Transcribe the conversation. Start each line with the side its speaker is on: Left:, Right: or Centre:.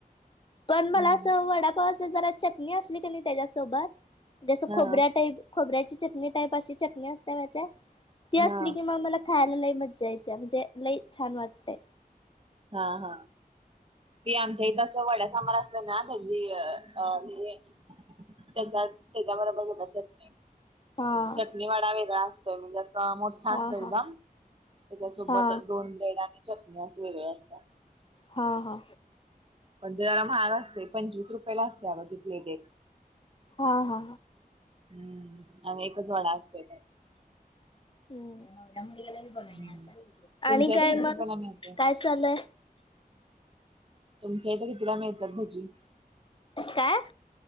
Left: पण मला
Right: हम्म
Left: अस वडापाव जरा चटणी असली कि नाही त्याच्यासोबत जस
Right: हा
Left: खोबऱ्या टाईप खोबऱ्याची चटणी टाईप अशी चटणी असते माहिती आहे ती
Right: हा
Left: असली कि म मला खायला लई मजा येते म्हणजे लई छान वाटतेय.
Right: हा हा ते आमची ते असं वड्या साबर असत ना भजी म्हणजे त्याच्यात त्याच्याबरोबर दिलेली चटणी
Left: हा
Right: चटणीवाडा वेगळा असतोय म्हणजे अस असतो
Left: हा हा
Right: का त्याच्यासोबत
Left: हा
Right: दोन ब्रेड आणि चटणी असे वेगळे असतात.
Left: हा हा.
Right: पण ते जरा महाग असते पंचवीस रुपये ला असते अग ती प्लेट एक.
Left: हा हा.
Right: हम्म आणि एकच वडा असतोय त्यात
Left: हम्म मुला
Right: हम्म तुमच्या
Left: आणि काय
Right: इथे किती
Left: मग
Right: रुपयाला मिळते
Left: काय चालूय
Right: तुमच्या इथं कितीला मिळतात भजी?
Left: काय?